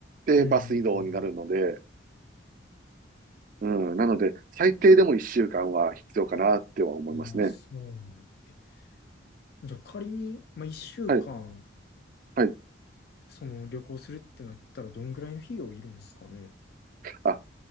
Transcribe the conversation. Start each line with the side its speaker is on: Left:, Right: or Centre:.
Right: てバス移動になるので、
Left: うん、うん
Right: うん、なので、最低でも1週間は必要かなっては思いますね。
Left: うん。ああ、そうなんや。え、じゃあ仮に、まあ、一週間、
Right: はい、はい。
Left: その旅行するってなったら、どんぐらいの費用いるんですかね
Right: あ、